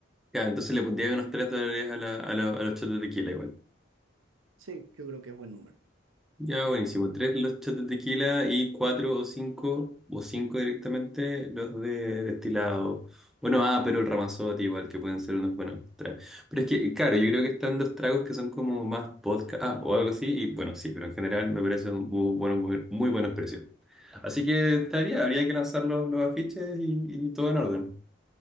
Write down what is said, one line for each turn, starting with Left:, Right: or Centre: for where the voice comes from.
Centre: Claro, entonces le pondría unos 3 dólares a, la- a, la- a los shots de tequila
Right: Sí, yo creo que es buen número.
Centre: Ya, buenísimo. Tres los shots de tequila y cuatro o cinco, o cinco directamente, los de destilado. Bueno, ah, pero el Ramazotti igual, que pueden ser unos buenos tragos. Pero es que, claro, yo creo que están los tragos que son como más vodka, ah, o algo así, y bueno, sí, pero en general me parecen muy buenos, muy buenos precios. Así que estaría, habría que lanzar los, los afiches y, y todo en orden.